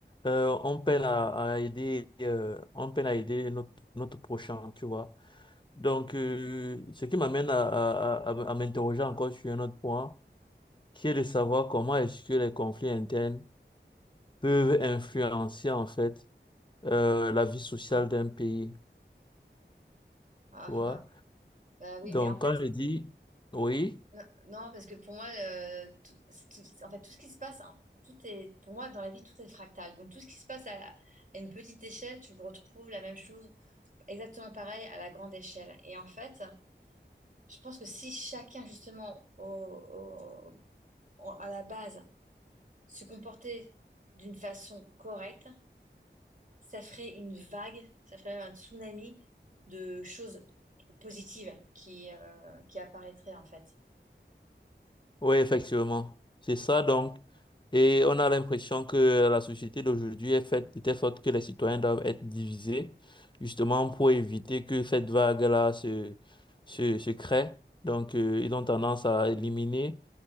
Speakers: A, on the left; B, on the right.
A: euh, on peine à, à aider, euh, on peine à aider notre, notre prochain, tu vois. Donc, euh, ce qui m'amène à, à, à, à m'interroger encore sur un autre point, qui est de savoir comment est-ce que les conflits internes peuvent influencer, en fait, euh, la vie sociale d'un pays,
B: Ah
A: tu vois.
B: ah, bah oui,
A: Donc,
B: mais en fait,
A: quand je dis, oui.
B: n- non, parce que pour moi, euh, tout, c'est tout- en fait, tout ce qui se passe, hein, tout est, pour moi, dans la vie, tout est fractal. Donc, tout ce qui se passe à, à une petite échelle, tu retrouves la même chose exactement pareil à la grande échelle. Et en fait, je pense que si chacun, justement, au- au- au- à la base, se comportait d'une façon correcte, ça ferait une vague, ça ferait même un tsunami de choses positives qui, euh, qui apparaîtraient, en fait.
A: Oui, effectivement. C'est ça donc. Et on a l'impression que la société d'aujourd'hui est faite de telle sorte que les citoyens doivent être divisés, justement pour éviter que cette vague-là se, se, se crée. Donc, euh, ils ont tendance à éliminer